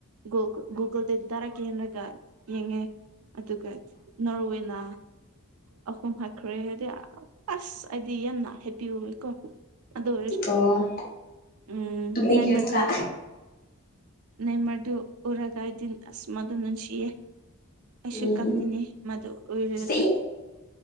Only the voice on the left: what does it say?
ꯑꯣ
ꯇꯨꯝꯅꯤꯡꯈ꯭ꯔꯦ
ꯑꯃꯨꯛꯀ
ꯎꯝ
ꯁꯤ